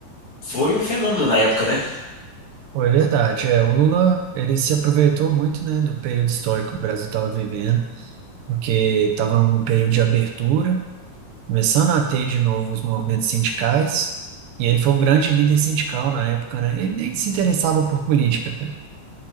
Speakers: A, on the left (about 60°); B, on the right (about 80°).
A: Foi um fenômeno na época, né?
B: Pô, é verdade, é, o Lula, ele se aproveitou muito, né, do período histórico que o Brasil estava vivendo, porque estava num período de abertura, começando a ter de novo os movimentos sindicais, e ele foi um grande líder sindical na época, né, ele nem se interessava por política, cara,